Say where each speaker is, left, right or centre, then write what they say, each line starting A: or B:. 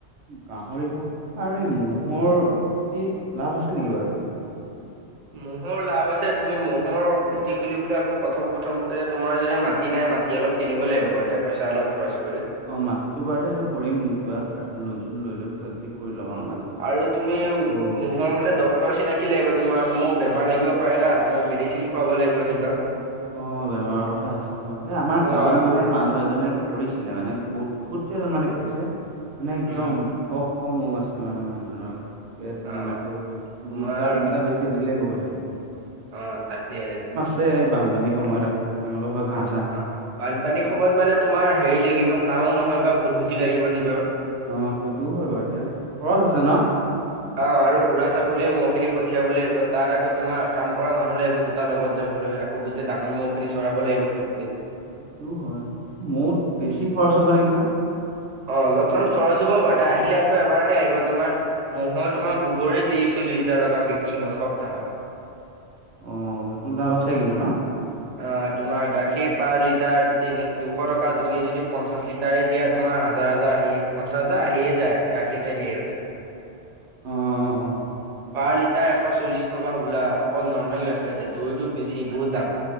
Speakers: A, on the right; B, on the right.
A: গাহৰি ফাৰ্ম আৰু এই মহৰ খুটিত লাভ আছে নেকি বাৰু এটা?
B: মহৰ লাভ আছে। তুমি মহৰ খুটি খুলিবলৈ আকৌ প্ৰথম প্ৰথমতে তোমাৰ যদি মাটি নাই, মাটি অলপ কিনিব লাগিব বাৰু তই, পইচা অলপ খৰচ কৰি।
A: অঁ, মাটিটো বাৰ ততে সেইটো কৰিম কিবা পাৰ্চনেল লোন চোন লৈও কিবা কিবি। কৰি ল'ম আৰু
B: উম
A: মাটিটো।
B: আৰু তুমি উম
A: ত'
B: মুহৰ মানে ড ক্টৰ চিনাকি লাগিব তোমাৰ মোৰ বেমাৰ লাগিব পাৰে না, তোমাৰ মেডিচিন খুৱাব লাগিব সেহঁতৰ।
A: অঁ বেমাৰৰ কথা আছে ন, এই আমাৰ গাঁৱত
B: অ আকৌ
A: মানে মানুহ এজনে কৰিছিলে মানে বহুত বহুত কেইজনমানে কৰিছে মানে একদম
B: উম
A: শ শ মৌহ আছে মানুহ মানুহজনৰ। কেট
B: অ
A: মান
B: তোমাৰ
A: দুটা তিনটা বেচি দিলে বহুত আহি যায়।
B: অঁ তাকে, তোমা
A: তে বানপানীৰ সময়ত আকৌ প্ৰব্লেম অলপ হয় ঘাঁ
B: অঁ বানপানীৰ সময়ত মানে তোমাৰ হেৰি লাগিব নাও নহয় বা ভুটভুতি লাগিব নিজৰ।
A: অঁ সেইটোও হয় বাৰু তে, খৰচ আছে ন?
B: অঁ আৰু বুঢ়া চাপৰিলে মহখিনি পঠিয়াব লাগিব তাত আকৌ তোমাৰ কাম কৰা মানুহ লাগিব দু টা লগত যাবলৈ আকৌ গোটেই ডাঙৰ ম'হখিনি চৰাব লাগিব খুজোতেই।
A: এইটো হয়, মৌত বেছি খৰচ হ'ব নেকি ন?
B: অঁ অলপমান খৰচ হব বাৰু দে আহিলে আকৌ এবাৰতে আহিব তোমাৰ। মহৰ তোমাৰ গোবৰে ত্ৰিশ চল্লিশ হাজাৰ টকা বিক্ৰী হয় সপ্তাহত।
A: অঁ সেইটো লাভ আছে কিন্তু ন?
B: অঁ তোমাৰ গাখীৰ পাৰ লিটাৰ তিনি দুশ টকা তুমি যদি পঞ্চাছ লি তাৰে দিয়া তোমাৰ হাজাৰ হাজাৰ আহিয়ে, পঞ্চাছ হাজাৰ আহিয়ে যায় গাখীৰ চাগে সিহঁতে।
A: অঁ।
B: পাৰ লিটাৰ এশ চল্লিশ টকা হ'বোলা অকল নৰ্মেল গাখীৰতে, দৈটো বেছি বহুত দাম।